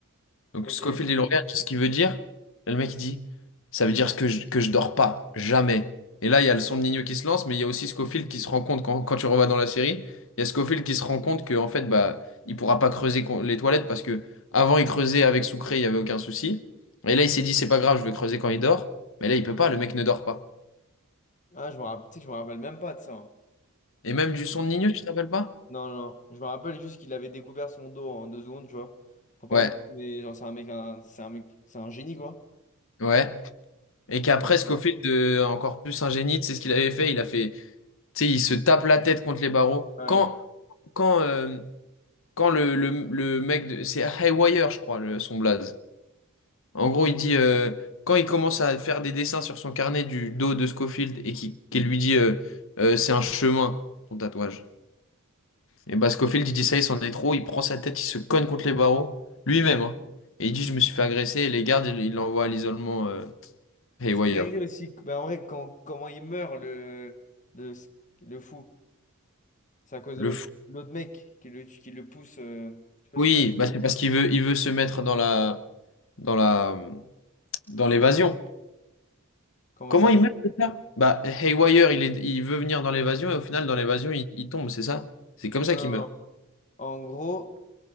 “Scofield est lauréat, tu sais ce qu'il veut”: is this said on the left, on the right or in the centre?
Left